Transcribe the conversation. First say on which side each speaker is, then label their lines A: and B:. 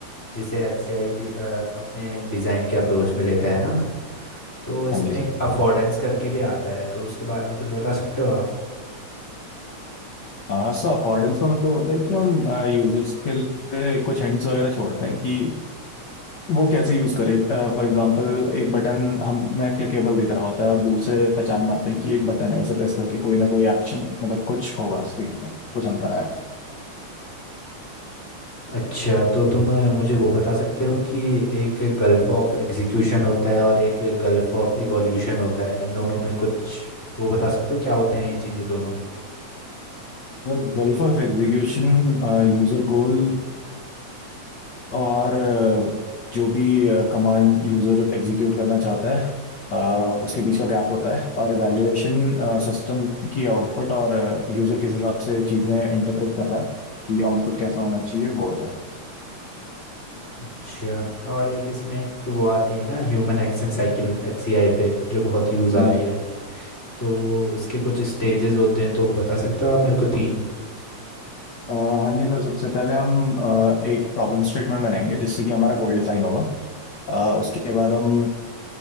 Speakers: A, on the left (about 25°); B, on the left (about 75°).
A: जिसे एच सी आई डी अपने डिज़ाइन के अप्रोच में लेता है ना तो इसमें
B: हाँ जी सर
A: एक अफोर्डेंस करके भी आता है तो उसके बारे में कुछ बता सकते हो आप
B: हाँ सो अकॉर्डेंस का मतलब होता है कि हम यूजर्स के लिए कुछ हिंट्स वगैरह छोड़ते हैं कि वो कैसे यूज करे फॉर एग्जांपल एक बटन हम मैं क्लिकेबल दिख रहा होता है और दूर से पहचान में आता है कि एक बटन है इसे प्रेस करके कोई ना कोई एक्शन मतलब कुछ होगा स्क्रीन पर कुछ अंतर आएगा
A: अच्छा तो तुम अ, मुझे वो बता सकते हो कि एक गल्फ ऑफ एग्जीक्यूशन होता है और एक गल्फ ऑफ इवोल्यूशन होता है इन दोनों में कुछ वो बता सकते हो क्या होते हैं ये चीज़ें दोनों
B: और gulf of execution user goal और अ, जो भी कमांड यूजर एग्जीक्यूट करना चाहता है अ, उसके बीच का गैप होता है और एवेल्यूएशन सिस्टम की आउटपुट और यूजर किस हिसाब से चीज़ें इंटरप्रेट कर रहा है कि आउटपुट कैसा होना चाहिए वो होता है
A: अच्छा और एक इसमें एक वो आती है ना ह्यूमन एक्शन साइकिल एचसीआई पे जो बहुत यूज़ आती
B: जी
A: है तो इसके कुछ स्टेजेस होते हैं तो बता सकते हो आप मेरे को तीन
B: अ, हाँ जी सर सबसे पहले हम अ, एक प्रॉब्लम स्टेटमेंट बनाएंगे जिससे कि हमारा गोल डिफाइन होगा अ, उसके बाद हम